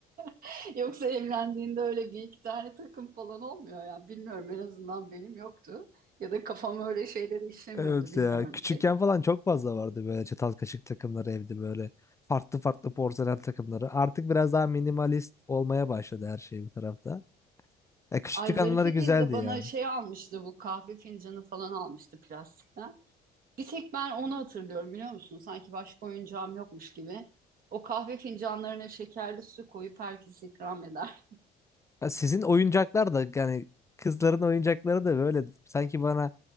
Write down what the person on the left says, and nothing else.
Evet
ya. Küçükken
falan çok fazla vardı böyle çatal kaşık takımları evde böyle. Farklı farklı porselen takımları. Artık biraz daha minimalist olmaya başladı her şey bu tarafta. Ya küçüklük
anıları güzeldi
ya.
Ya sizin oyuncaklar da yani kızların oyuncakları da böyle sanki bana